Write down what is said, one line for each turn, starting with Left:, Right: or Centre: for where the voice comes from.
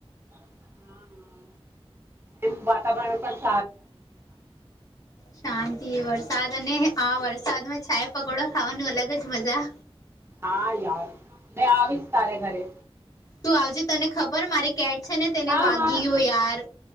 Right: હા હા એમ વાતાવરણ ઉપર.
Left: શાંતિ વરસાદ અને આ વરષ. સાથમાં ચાય પકોડો ખાવાનું અલગ જ મજા.
Right: હા યાર મે આવીશ તારે ઘરે.
Left: તું આવજે તને ખબર મારી કેટ છે ને તેને
Right: હા
Left: વાગી
Right: હા
Left: ગયો યાર.